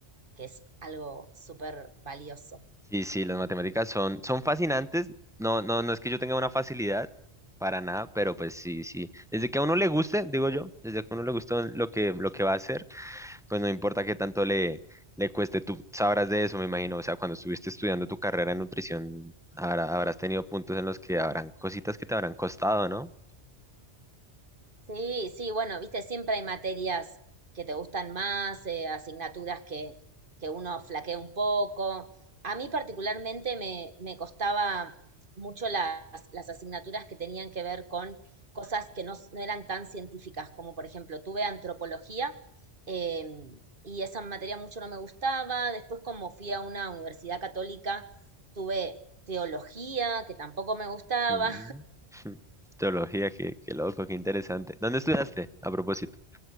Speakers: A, on the right; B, in the centre.
A: que es algo súper valioso.
B: Sí, sí, las matemáticas son, son fascinantes. No, no, no es que yo tenga una facilidad para nada, pero pues sí, sí. Desde que a uno le guste, digo yo, desde que a uno le guste lo que, lo que va a hacer, pues no importa qué tanto le, le cueste. Tú sabrás de eso, me imagino. O sea, cuando estuviste estudiando tu carrera en nutrición, habrá- habrás tenido puntos en los que habrán cositas que te habrán costado, ¿no?
A: Sí, sí, bueno, viste, siempre hay materias que te gustan más, eh, asignaturas que, que uno flaquea un poco. A mí particularmente me, me costaba mucho las, las asignaturas que tenían que ver con cosas que no, s- no eran tan científicas, como por ejemplo, tuve antropología em, y esa materia mucho no me gustaba. Después, como fui a una universidad católica, tuve teología, que tampoco me gustaba.
B: Mm. <laughs> Teología, qué, qué loco, qué interesante. ¿Dónde estudiaste, a propósito?